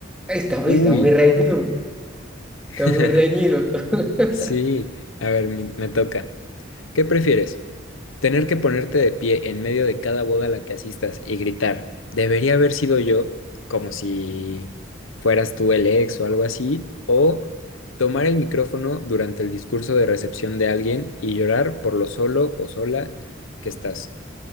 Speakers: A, in the centre; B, on the left.
A: está, uy,
B: Uy,
A: está muy reñido.
B: <laughs>
A: Está muy reñido. <laughs>
B: sí, a ver, me, me toca. ¿Qué prefieres? ¿Tener que ponerte de pie en medio de cada boda a la que asistas y gritar, debería haber sido yo, como si fueras tú el ex o algo así? ¿O tomar el micrófono durante el discurso de recepción de alguien y llorar por lo solo o sola que estás?